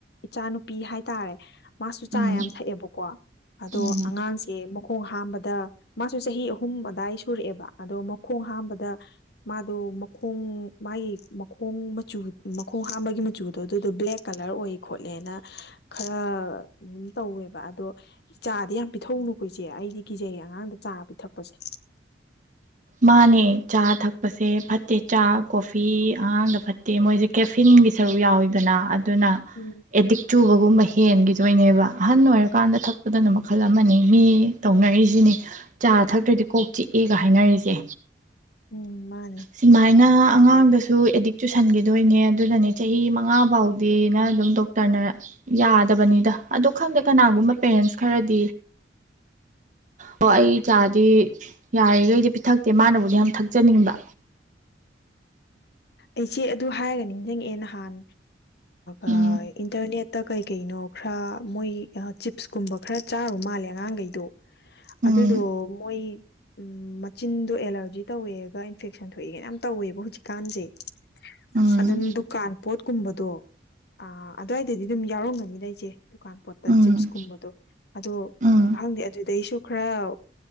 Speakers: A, on the left; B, on the right.
A: ꯏꯆꯥꯅꯨꯄꯤ ꯍꯥꯏꯇꯥꯔꯦ ꯃꯥꯁꯨ ꯆꯥ
B: ꯎꯝ
A: ꯌꯥꯝ ꯊꯛꯑꯦꯕꯀꯣ ꯑꯗꯣ
B: ꯎꯝ
A: ꯑꯉꯥꯡꯁꯦ ꯃ ꯃꯈꯣꯡ ꯍꯥꯝꯕꯗ ꯃꯥꯁꯨ ꯆꯍꯤ ꯑꯍꯨꯝ ꯑꯗꯥꯏ ꯁꯨꯔꯛꯑꯦꯕ ꯑꯗꯣ ꯃꯈꯣꯡ ꯍꯥꯝꯕꯗ ꯃꯥꯗꯣ ꯃꯈꯣꯡ ꯃꯥꯒꯤ ꯃꯈꯣꯡ ꯃꯆꯨ ꯃꯈꯣꯡ ꯍꯥꯝꯕꯒꯤ ꯃꯆꯨꯗꯣ ꯑꯗꯨꯗꯣ ꯕ꯭ꯂꯦꯛ ꯀꯥꯂ꯭ꯔ ꯑꯣꯏ ꯈꯣꯠꯂꯦꯅ ꯈꯔ ꯑꯗꯨꯝ ꯇꯧꯋꯦꯕ ꯑꯗꯣ ꯆꯥꯗꯤ ꯌꯥꯝ ꯄꯤꯊꯛꯅꯨꯀꯣ ꯏꯆꯦ ꯑꯩꯗꯤ ꯀꯤꯖꯩ ꯑꯉꯥꯡꯗ ꯆꯥ ꯄꯤꯊꯛꯄꯁꯦ
B: ꯃꯥꯅꯦ ꯆꯥ ꯊꯛꯄꯁꯦ ꯐꯠꯇꯦ ꯆꯥ ꯀꯣꯐꯤ ꯑꯉꯥꯡꯗ ꯐꯠꯇꯦ ꯃꯣꯏꯖꯦ ꯀꯦꯐꯤꯟꯒꯤ ꯁꯔꯨꯛ ꯌꯥꯎꯋꯤꯗꯅ ꯑꯗꯨꯅ
A: ꯎꯝ
B: ꯑꯦꯗꯤꯛ ꯆꯨꯕꯒꯨꯝꯕꯃꯩ ꯍꯦꯟꯈꯤꯗꯣꯏꯅꯦꯕ ꯑꯍꯟ ꯑꯣꯏꯔꯀꯥꯟꯗ ꯊꯛꯄꯗꯅ ꯃꯈꯜ ꯑꯃꯅꯤ ꯃꯤ ꯇꯧꯅꯔꯤꯖꯤꯅꯤ ꯆꯥ ꯊꯛꯇ꯭ꯔꯗꯤ ꯀꯣꯛ ꯆꯤꯛ ꯑꯦꯒ ꯍꯥꯏꯅꯔꯤꯖꯦ
A: ꯎꯝ ꯃꯥꯅꯦ
B: ꯁꯨꯃꯥꯏꯅ ꯑꯉꯥꯡꯗꯁꯨ ꯑꯦꯗꯤꯛ ꯆꯨꯁꯟꯈꯤꯗꯣꯏꯅꯦ ꯑꯗꯨꯅꯅꯦ ꯆꯍꯤ ꯃꯉꯥ ꯐꯥꯎꯗꯤꯅ ꯑꯗꯨꯝ ꯗꯣꯛꯇꯔꯅ ꯌꯥꯗꯕꯅꯤꯗ ꯑꯗꯣ ꯈꯪꯗꯦ ꯀꯅꯥꯒꯨꯝꯕ ꯄꯦꯔꯦꯟꯁ ꯈꯔꯗꯤ ꯑꯣ ꯑꯩ ꯏꯆꯥꯗꯤ ꯌꯥꯔꯤꯈꯩꯗꯤ ꯄꯤꯊꯛꯇꯦ ꯃꯥꯅꯕꯨꯗꯤ ꯌꯥꯝ ꯊꯛꯆꯅꯤꯡꯕ
A: ꯑꯩꯆꯦ ꯑꯗꯨ ꯍꯥꯏꯔꯒ ꯅꯤꯡꯁꯤꯡꯉꯛꯑꯦ ꯅꯍꯥꯟ ꯑ
B: ꯎꯝ
A: ꯏꯟꯅꯤ ꯇ ꯀꯩ ꯀꯩꯅꯣ ꯈꯔ ꯃꯣꯏ ꯆꯤꯞꯁ ꯀꯨꯝꯕ ꯈꯔ ꯆꯥꯔꯨ ꯃꯥꯜꯂꯦ ꯑꯉꯥꯡꯈꯩꯗꯣ
B: ꯎꯝ
A: ꯑꯗꯨꯗꯣ ꯃꯣꯏ ꯎꯝ ꯃꯆꯤꯟꯗꯣ ꯑꯦꯂꯔꯖꯤ ꯇꯧꯋꯦꯒ ꯏꯟꯐꯦꯛꯁꯟ ꯊꯣꯛꯑꯦꯒꯅ ꯌꯥꯝ ꯇꯧꯋꯦꯕ ꯍꯧꯖꯤꯛ ꯀꯥꯟꯖꯦ
B: ꯎꯝ
A: ꯑ ꯗꯨꯀꯥꯟ ꯄꯣꯠ ꯀꯨꯝꯕꯗꯣ ꯑ ꯑꯗꯨꯋꯥꯏꯗꯗꯤ ꯑꯗꯨꯝ ꯌꯥꯎꯔꯝꯒꯅꯤ ꯂꯩ ꯑꯩꯁꯦ ꯗꯨꯀꯥꯟ ꯄꯣꯠꯇ
B: ꯎꯝ
A: ꯆꯤꯞꯁꯀꯨꯝꯕꯗꯣ ꯑꯗꯣ
B: ꯎꯝ
A: ꯈꯪꯗꯦ ꯑꯗꯨꯗꯩꯁꯨ ꯈꯔ